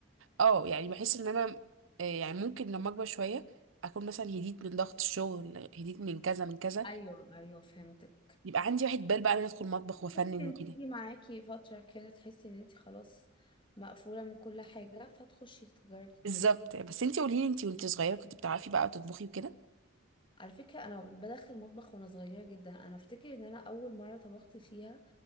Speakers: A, on the right; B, on the left.
A: اه يعني بحس ان انا آه، يعني ممكن لما اكبر شويه اكون مثلا هديت من ضغط الشغل هديت من كذا من كذا
B: ايوه ايوه فهمتك
A: يبقى عندي واحد بال بقى ان انا ادخل مطبخ
B: ممكن
A: وافنن وكده
B: تيجي معاكي فترة كده تحسي ان انت خلاص مقفولة من كل حاجة فتخشي تجربي تطبخي
A: بالظبط بس انتي قولي لي انتي وانتي صغيره كنت بتعرفي بقى تطبخي وكده
B: على فكرة انا بدخل المطبخ وانا صغيرة جدا انا افتكر ان انا اول مرة طبخت فيها